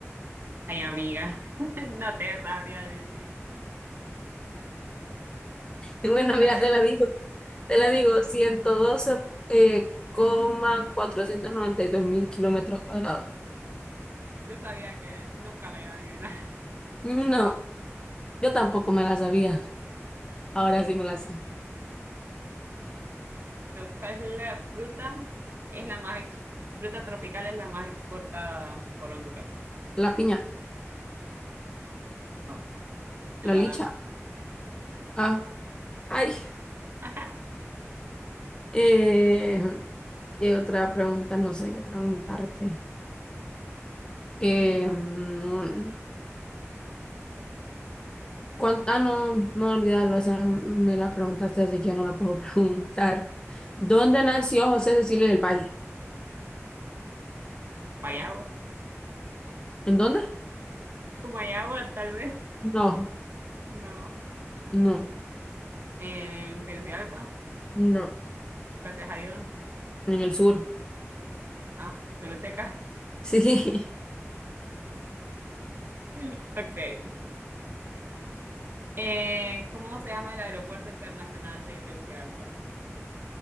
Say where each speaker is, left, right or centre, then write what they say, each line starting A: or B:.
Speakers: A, on the right; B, on the left.
A: Ay, amiga, <laughs> no te sabría decir.
B: Bueno,
A: Vale,
B: mira, te la digo, te la digo, 112, eh, coma cuatrocientos noventa y dos mil kilómetros cuadrados.
A: yo sabía que nunca la iba a adivinar.
B: No, yo tampoco me la sabía. Ahora sí me la sé.
A: Pero, ¿Cuál es la fruta? Es la más ex- fruta tropical es la más exportada por Honduras.
B: La piña,
A: No, el
B: la
A: banano.
B: licha. Ah, ay,
A: <laughs>
B: eh, ¿qué otra pregunta? No sé qué preguntarte. Eh, mm, cuan- Ah, no, no olvidarlo, esa me la preguntaste, así que ya no la puedo <laughs> preguntar. ¿Dónde nació José Cecilio del Valle?
A: Guayaba.
B: ¿En dónde?
A: Guayaba, tal vez.
B: No,
A: No.
B: no,
A: En Tegucigalpa,
B: no,
A: gracias a Dios.
B: en el sur.
A: Ah, peloteca.
B: Sí,
A: <laughs> Ok. Eh, ¿cómo se llama el aeropuerto internacional de Tegucigalpa?